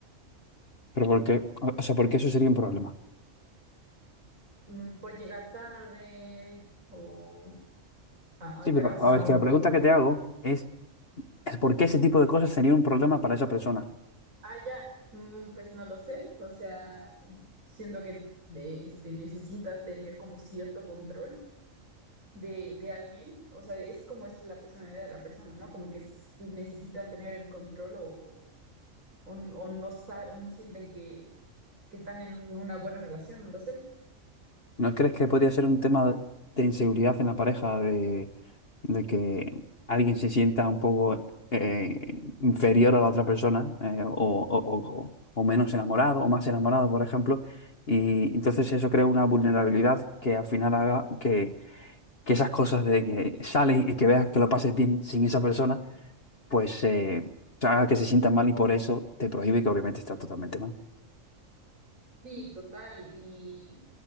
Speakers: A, on the left; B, on the right.
A: Pero porque, o o sea, porque eso sería un problema.
B: Mm, por llegar tarde o a
A: Sí,
B: a casa
A: pero a ver, que
B: o...
A: la pregunta que te hago es, es ¿por qué ese tipo de cosas sería un problema para esa persona?
B: Ah, ya, Mm, pues no lo sé, o sea, siento que de, este, necesitan tener como cierto control de, de alguien, o sea, es como es la personalidad de la persona, ¿no? Como que s- necesitan tener el control o, o, n- o no saben, no sienten que, que están en una buena relación, no lo sé.
A: ¿No crees que podría ser un tema de inseguridad en la pareja, de, de que alguien se sienta un poco eh, inferior a la otra persona, eh, o, o- o- o menos enamorado, o más enamorado, por ejemplo? Y entonces eso crea una vulnerabilidad que al final haga que, que esas cosas de que sales y que veas que lo pases bien sin esa persona, pues eh, haga que se sienta mal y por eso te prohíbe que obviamente está totalmente mal.
B: Sí, total, y